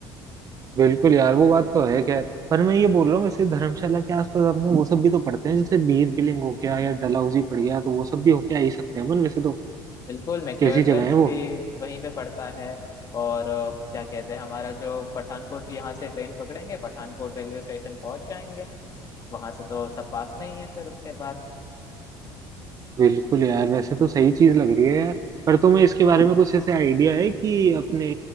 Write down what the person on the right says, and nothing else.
बिल्कुल यार वो बात तो है खैर पर मैं ये बोल रहा हूँ वैसे धर्मशाला के आसपास अपने वो सब भी तो पड़ते हैं जैसे बीर बिलिंग हो गया या डलहौजी पड़ गया तो वो सब भी होके आ ही सकते हैं अपन वैसे तो
कैसी जगह है वो
बिल्कुल यार वैसे तो सही चीज लग रही है यार पर तुम्हें इसके बारे में कुछ ऐसे आइडिया है कि अपने